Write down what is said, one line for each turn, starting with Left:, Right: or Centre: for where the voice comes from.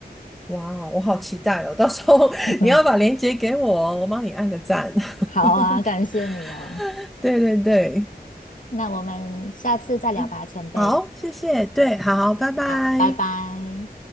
Centre: 哇哦，我好期待哦！到时候
Left: <laughs>
Centre: <laughs> 你要把链接给我哦我帮你按个赞。
Left: 好啊，感谢你哦，
Centre: <laughs> 对对对。
Left: 那我们下次再聊吧，
Centre: 嗯，
Left: 前辈。
Centre: 好，谢谢，对，好，拜拜。
Left: 好，拜拜。